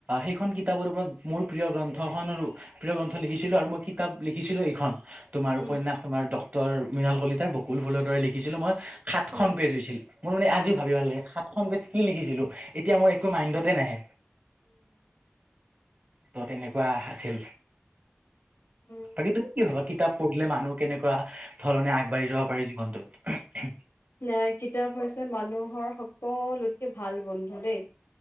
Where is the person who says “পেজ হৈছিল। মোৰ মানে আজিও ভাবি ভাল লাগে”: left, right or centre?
Right